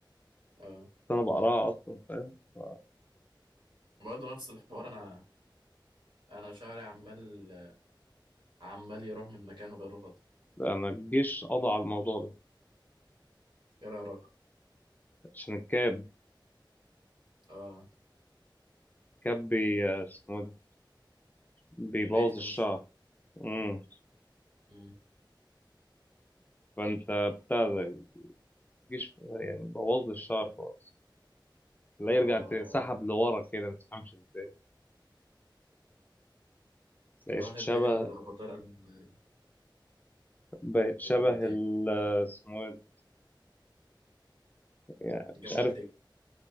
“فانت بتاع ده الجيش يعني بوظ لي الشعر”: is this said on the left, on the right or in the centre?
Left